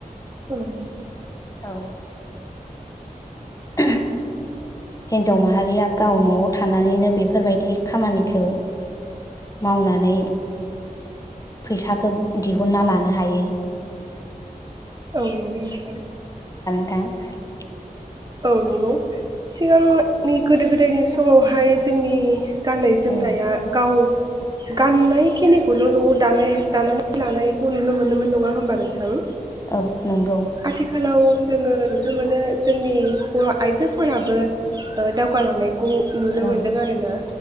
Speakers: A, on the right (about 25°); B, on the left (about 25°).
A: औ नंगौ
B: औ <unintelligible> हिन्जाव माहारिया गाव न'आव थानानैनो बेफोरबायदि खामानिखौ मावनानै फैसाखौ दिहुनना लानो हायो
A: औ नंगौ नोंथां
B: <unintelligible>
A: औ नंगौ सिगांनि गोदो गोदायनि समावहाय जोंनि गाननाय जोमनाया
B: औ
A: गाव गाननायखिनिखौल' न'आव दानाय दानानै लानायखौ नुनो मोनोमोन नङा होमबा नोंथां
B: औ नंगौ
A: आथिखालाव जोङो नुनो मोनो जोंनि बर' आइजोफोराबो ओ दावगालांनाय खौ नुनो
B: औ
A: मोन्दों आरोना